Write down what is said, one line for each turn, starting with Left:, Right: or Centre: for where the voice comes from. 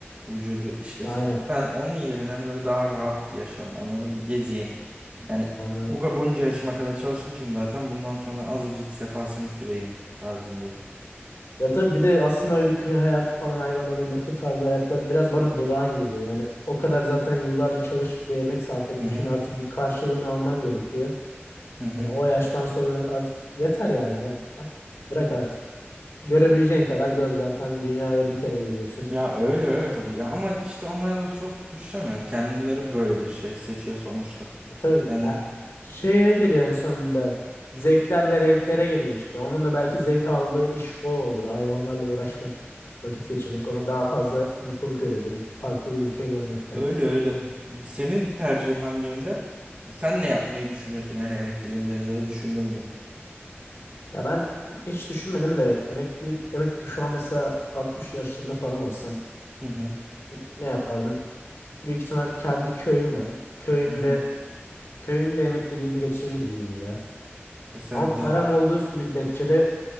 Right: vücudu işlesin.
Left: Aynen
Right: Ben onun yerine hani böyle daha rahat bir yaşam anladım mı? Gezeyim. Yani
Left: anladım.
Right: bu kadar bunca yaşıma kadar çalışmışım zaten bundan sonra azıcık sefasını süreyim tarzındayım.
Left: Ya tabii bir de aslında öyle köy hayatı falan hayvan alayım bakayım tarzı hayatlar biraz bana durağan geliyor. Yani o kadar zaten yıllarca çalışıp bir emek sarf etmişsin
Right: Hı hı.
Left: artık bir karşılığını alman gerekiyor.
Right: Hı hı.
Left: Hani o yaştan sonra da artık yeter yani ne? Bırak artık. Görebileceğin kadar gör zaten dünyaya bir kere geliyorsun.
Right: Ya öyle öyle tabii ya ama işte onları da çok suçlamıyorum. Kendileri böyle bir şey seçiyor sonuçta.
Left: Ya tabii
Right: Yani
Left: ha, şeye geliyor en sonunda.
Right: hı,
Left: Zevkler ve renklere geliyor işte. Onun da belki zevk aldığı iş o olur. Hayvanlarla uğraşmak, vakit geçirmek ona daha fazla mutluluk veriyordur. Farklı bir ülke görmekten.
Right: öyle öyle. Senin tercihin hangi yönde? Sen ne yapmayı düşünüyorsun yani emekliliğinde ya da düşündün mü?
Left: Ya ben hiç düşünmedim de emeklilik, emekli şu an mesela 60 yaşlarında falan olsam
Right: Hı hı.
Left: n- ne yapardım? Büyük ihtimal kendi köyüm var. Köyümde
Right: Hı hı.
Left: Köyümde emekliliğimi geçirirdim gibi ya.
Right: E sen
Left: Ama param
Right: de
Left: olduğu müddetçe de